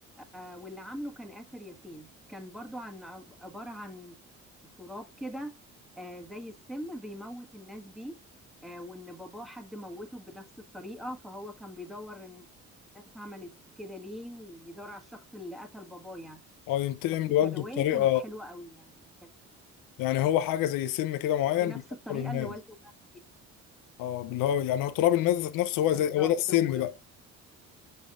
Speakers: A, in the centre; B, on the left.
A: واللي عامله كان آسر ياسين كان برضو عن عبارة عن تراب كده آه، زي السم بيموت الناس بيه آه، وإن باباه حد موته بنفس الطريقة فهو كان بيدور الناس عملت كده ليه وبيدور على الشخص اللي قتل باباه يعني
B: اه ينتقم
A: بس
B: لوالده
A: كرواية
B: بطريقه
A: كانت حلوة قوي يعني كانت
B: يعني هو حاجه زي سم كده معين
A: بنفس
B: بيحطه
A: الطريقة
B: للناس
A: اللي والده مات بيها
B: اه اللي هو يعني هو تراب الناس ذات نفسه هو
A: بالظبط
B: زي هو ده السم
A: و...
B: بقى